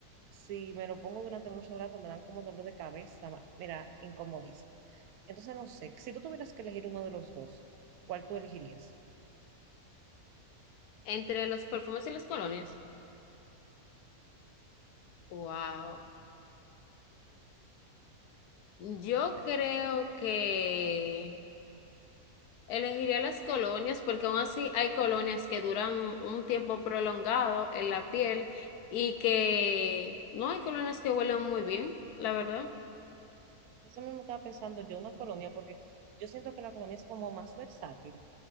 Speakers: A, on the right; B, on the left.
A: si me lo pongo durante mucho rato me dan como dolor de cabeza, mira, incomodísimo. Entonces, no sé, si tú tuvieras que elegir uno de los dos, ¿cuál tú elegirías?
B: Entre los perfumes y las colonias. Wow. Yo creo que Elegiría las colonias porque aún así hay colonias que duran un tiempo prolongado en la piel y que no hay colonias que huelen muy bien, la verdad.
A: Eso mismo estaba pensando yo, una colonia, porque yo siento que la colonia es como más versátil.